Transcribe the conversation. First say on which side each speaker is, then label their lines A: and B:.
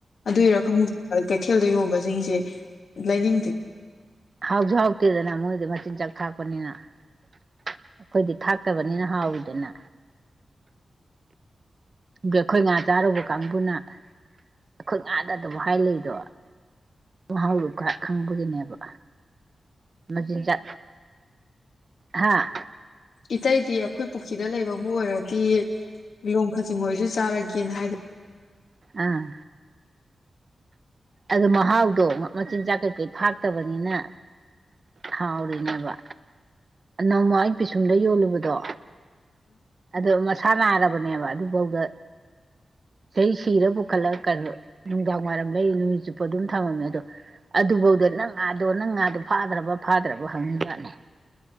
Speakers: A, on the left (about 80°); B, on the right (about 55°).
A: ꯑꯗꯨꯒꯤꯔ ꯈꯪꯗꯦ <unintelligible> ꯈꯦꯜꯗ ꯌꯣꯟꯕꯁꯤꯡꯁꯦ ꯂꯩꯅꯤꯡꯗꯦ
B: ꯍꯥꯎꯁꯨ ꯍꯥꯎꯇꯦꯗꯅ ꯃꯣꯏꯗ ꯃ ꯆꯤꯟꯖꯥꯛ ꯊꯥꯛꯄꯅꯤꯅ ꯑꯩꯈꯣꯏꯗꯤ ꯊꯥꯛꯇꯕꯅꯤꯅ ꯍꯥꯎꯋꯤꯗꯅ ꯑꯩꯈꯣꯏ ꯉꯥ ꯆꯥꯔꯨꯕ ꯀꯥꯡꯕꯨꯅ ꯑꯩꯈꯣꯏ ꯉꯥꯗꯑꯗꯨꯝ ꯍꯥꯏ ꯂꯩꯗꯣ ꯃꯍꯥꯎꯗꯨ ꯄꯨꯔꯥ ꯈꯪꯕꯒꯤꯅꯦꯕ ꯃꯆꯤꯟꯖꯥꯛ ꯍꯥꯥ
A: ꯏꯇꯩꯗꯤ ꯑꯩꯈꯣꯏ ꯄꯨꯈ꯭ꯔꯤꯗ ꯂꯩꯕꯕꯨ ꯑꯣꯏꯔꯗꯤ ꯂꯣꯡ ꯈꯆꯤꯡ ꯑꯣꯏꯖꯨ ꯇꯥꯔꯒꯦꯅ ꯍꯥꯏꯗꯤ
B: ꯑꯥ ꯑꯗꯨ ꯃꯍꯥꯎꯗꯣ ꯃꯆꯤꯟꯖꯥꯛ ꯀꯩꯀꯩ ꯊꯥꯛꯇꯕꯅꯤꯅ ꯍꯥꯎꯔꯤꯅꯦꯕ ꯅꯣꯡꯃ ꯑꯩꯅ ꯄꯤꯁꯨꯝꯗ ꯌꯣꯜꯂꯨꯕꯗꯣ ꯑꯗꯣ ꯃꯁꯥ ꯅꯥꯔꯕ ꯅꯦꯕ ꯑꯗꯨꯐꯥꯎꯗ ꯆꯍꯤ ꯁꯤꯔ ꯄꯨꯈꯠꯂꯒ ꯀꯩꯅꯣ ꯅꯨꯡꯗꯥꯡ ꯋꯥꯏꯔꯝ ꯂꯩꯔꯤ ꯆꯨꯞꯄꯣ ꯑꯗꯨꯝ ꯊꯝꯃꯦ ꯑꯗꯣ ꯑꯗꯨꯐꯧꯗ ꯅꯪ ꯉꯥꯗꯣ ꯅꯪ ꯉꯥꯗꯣ ꯐꯥꯗ꯭ꯔꯕ ꯐꯥꯗ꯭ꯔꯕ ꯍꯪꯅꯤꯖꯠꯅꯦ